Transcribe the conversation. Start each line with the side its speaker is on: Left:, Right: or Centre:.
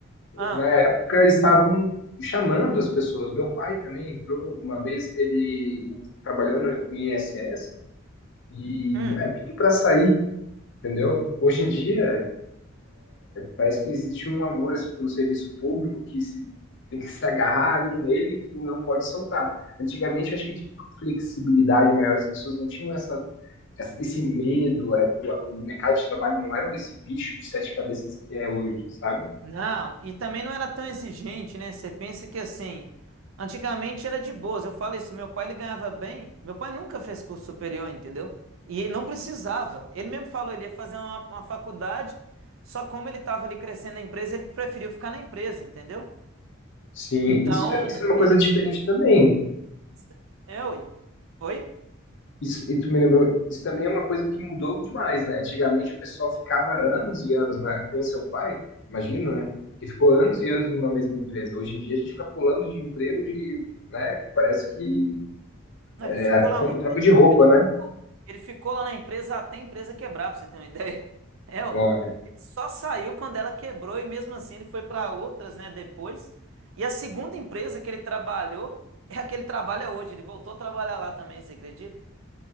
Right: Ah,
Left: Na época estavam chamando as pessoas. Meu pai também entrou uma vez, ele trabalhou no INSS e
Right: hum.
Left: ah, pediu para sair, entendeu? Hoje em dia parece que existe um amor assim pelo serviço público que se tem que se agarrar ali nele que não pode soltar. Antigamente eu acho que tinha uma flexibilidade maior, as pessoas não tinham essa essa- esse medo, é, o, o mercado de trabalho não era esse bicho de sete cabeças que é hoje, sabe?
Right: Não, e também não era tão exigente, né? Você pensa que assim, antigamente era de boas. Eu falo isso, meu pai ele ganhava bem. Meu pai nunca fez curso superior, entendeu? E ele não precisava. Ele mesmo falou, ele ia fazer uma, uma faculdade, só como ele estava ali crescendo na empresa, ele preferiu ficar na empresa, entendeu?
Left: Sim,
Right: Então,
Left: isso, isso é uma
Right: ele
Left: coisa diferente também.
Right: pensa, é, oi. Oi?
Left: Isso, e tu me lembrou, isso também é uma coisa que mudou demais, né? Antigamente o pessoal ficava anos e anos, né? Que nem seu pai, imagino, né? Que ficou anos e anos numa mesma empresa. Hoje em dia a gente fica pulando de emprego de, né? Parece que
Right: Não,
Left: é
Right: ele ficou lá
Left: como
Right: muito
Left: troca de
Right: tempo.
Left: roupa, né?
Right: Ele ficou lá na empresa até a empresa quebrar, pra você ter uma ideia. <laughs> É, ué.
Left: Olha,
Right: Ele só saiu quando ela quebrou e mesmo assim ele foi para outras, né, depois. E a segunda empresa que ele trabalhou é a que ele trabalha hoje. Ele voltou a trabalhar lá também, você acredita?